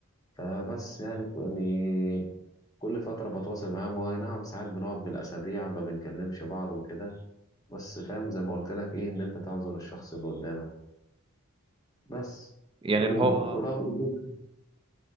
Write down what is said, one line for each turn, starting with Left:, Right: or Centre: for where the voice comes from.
Left: فبس يعني ك- يعني كل فترة بتواصل معاهم واي نعم ساعات بنقعد بالأسابيع ما بنكلمش بعض وكده بس فاهم زي ما قلت لك إيه إن أنت تعذر الشخص اللي قدامك بس
Right: يعني
Left: و-
Right: اللي هو
Left: ورغم كده